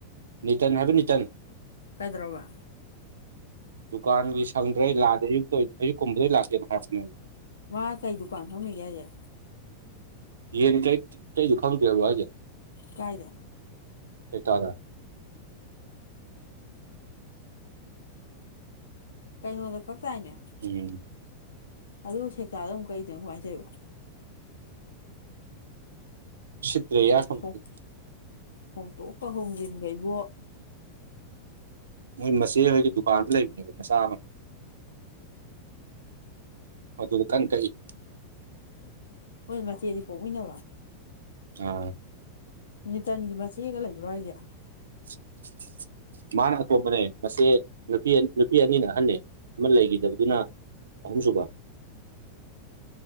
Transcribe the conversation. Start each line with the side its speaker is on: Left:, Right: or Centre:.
Right: ꯇꯟ ꯍꯥꯏꯕ ꯅ꯭ꯌꯨꯇꯟ
Left: ꯀꯩꯗꯧꯔꯕꯥ
Right: ꯗꯨꯀꯥꯟꯒꯤ ꯁꯪꯗ꯭ꯔꯦ ꯂꯥꯛꯑꯗꯤ ꯑꯌꯨꯛꯇ ꯑꯌꯨꯛꯀꯨꯝꯕꯗꯩ ꯂꯥꯛꯀꯦꯅ ꯍꯥꯏꯔꯛ ꯄꯅꯦꯕ
Left: ꯃꯥ ꯀꯩ ꯗꯨꯀꯥꯟ ꯐꯝꯃꯤꯒꯦ ꯍꯥꯏꯁꯦ
Right: ꯌꯦꯟ ꯀꯥꯛ ꯏꯗꯣ ꯈꯪꯗꯔꯕꯣ ꯍꯥꯏꯖꯦ
Left: ꯀꯥꯏꯗ
Right: ꯀꯩꯀꯥꯗ
Left: ꯀꯩꯅꯣꯗ ꯀꯛꯇꯥꯏꯅꯦ
Right: ꯎꯝ
Left: ꯑꯗꯨꯒ ꯁꯦꯛꯇꯥꯗ ꯑꯃꯨꯛ ꯀꯛ ꯏꯗꯨꯅ ꯀꯃꯥꯏꯅ ꯇꯧꯕ
Right: ꯁꯤꯠꯇ꯭ꯔꯦꯌꯦ ꯑꯁꯣꯝꯗꯗꯤ
Left: ꯍꯣꯡ ꯍꯣꯡꯇꯣꯛꯀ ꯍꯣꯡꯖꯤꯟꯒ ꯏꯕꯣ
Right: ꯃꯣꯏ ꯃꯆꯦ ꯍꯣꯏꯒꯤ ꯗꯨꯀꯥꯟ ꯑꯃ ꯂꯩꯕꯅꯦꯕ ꯃꯆꯥ ꯑꯃ ꯃꯗꯨꯗ ꯀꯟ ꯀꯛ ꯏ
Left: ꯍ ꯃꯆꯦꯗꯤ ꯄꯣꯛꯑꯣꯣꯏꯗꯕ
Right: ꯑꯥ
Left: ꯃꯤꯅꯤꯇꯟꯒꯤ ꯃꯆꯦꯒ ꯂꯩꯕ꯭ꯔꯣ ꯍꯥꯏꯁꯦ
Right: <unintelligible> ꯃꯥꯅ ꯑꯇꯣꯝꯕꯅꯦ ꯃꯁꯦ ꯅꯨꯄꯤ ꯅꯨꯄꯤ ꯑꯅꯤꯅ ꯑꯍꯟ ꯑꯃ ꯂꯩꯈꯤꯗꯕꯗꯨꯅ ꯑꯍꯨꯝꯁꯨꯨꯕ